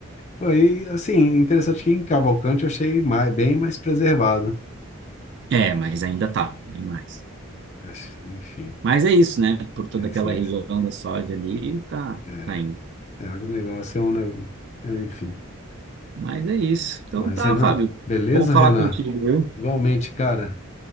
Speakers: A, on the left; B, on the right.
A: Foi, assim, interessante que em Cavalcante eu achei mais- bem mais preservado.
B: É, mas ainda tá, tem mais.
A: Mas, Enfim,
B: Mas é isso, né? Por toda
A: é isso
B: aquela
A: mesmo.
B: região da soja ali, tá,
A: É,
B: tá indo.
A: é agronegócio é um negócio, enfim.
B: Mas é isso. Então
A: Mas,
B: tá,
A: Renan,
B: Fábio.
A: beleza,
B: Bom falar
A: Renan?
B: contigo, viu?
A: Igualmente, cara.